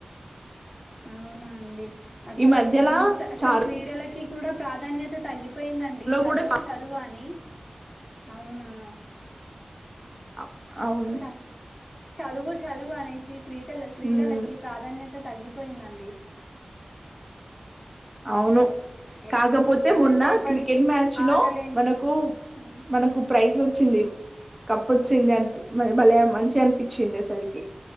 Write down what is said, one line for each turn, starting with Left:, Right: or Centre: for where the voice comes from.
Left: అవునా అండి అసలు
Right: మధ్యలా
Left: ఎంత అసలు
Right: చారులో
Left: క్రీడలకి కూడా ప్రాధాన్యత తగ్గి అ పోయిందండి చదువు
Right: కూడా
Left: చదువు అని అవునా
Right: ఆ అవును
Left: చ చదువు చదువు అనేసి క్రీడల క్రీడలకి
Right: ఉమ్
Left: ప్రాధాన్యత తగ్గిపోయిందండి
Right: అవును
Left: ఎన్
Right: కాకపోతే
Left: ఎంతసేపటికి
Right: మొన్న క్రికెట్ మ్యాచ్
Left: ఆటలేంటి
Right: లో మనకు
Left: ఆ,
Right: మనకు ప్రైజ్ ఒ వచ్చింది కప్పొచ్చింది అనిపి భలే మంచిగా అనిపించింది అసలుకి